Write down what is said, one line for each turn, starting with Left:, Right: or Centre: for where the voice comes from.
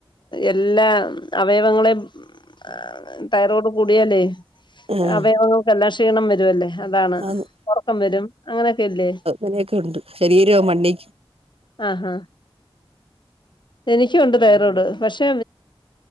Left: എല്ലാ അവയവങ്ങളെയും ആ തൈറോയ്ഡ് കൂടിയാലേ
Right: ആഹ്
Left: അവയവങ്ങൾക് എല്ലാം ക്ഷീണം വരുവല്ലേ അതാണ്
Right: ആന്ന്
Left: ഉറക്കം വരും. അങ്ങനെയൊക്കെ ഇല്ലേ
Right: അങ്ങനെയൊക്കെ ഉണ്ട് ശരീരം മണ്ണി
Left: ആഹ്ഹ എനിക്കുണ്ട് തൈറോയ്ഡ് പക്ഷെ